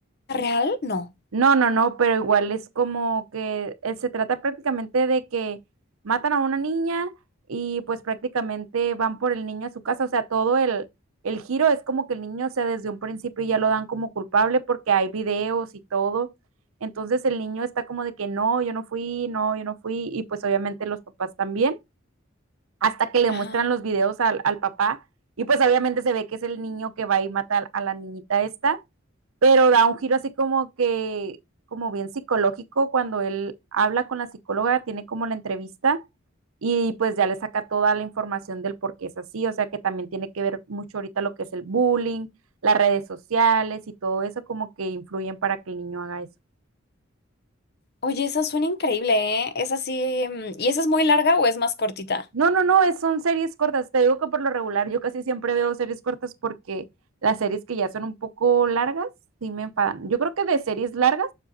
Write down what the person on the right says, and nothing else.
No, no, no, pero igual es como que eh, se trata prácticamente de que matan a una niña y pues prácticamente van por el niño a su casa. O sea, todo el, el giro es como que el niño, o sea, desde un principio ya lo dan como culpable porque hay videos y todo. Entonces el niño está como de que no, yo no fui, no, yo no fui, y pues obviamente los papás también. hasta que le
muestran los videos al, al papá y pues obviamente se ve que es el niño que va y mata a la niñita esta, pero da un giro así como que, como bien psicológico, cuando él habla con la psicóloga, tiene como la entrevista y pues ya le saca toda la información del por qué es así, o sea que también tiene que ver mucho ahorita lo que es el bullying, las redes sociales y todo eso como que influyen para que el niño haga eso.
No, no, no, es, son series cortas. Te digo que por lo regular yo casi siempre veo series cortas porque las series que ya son un poco largas sí me enfadan. Yo creo que de series largas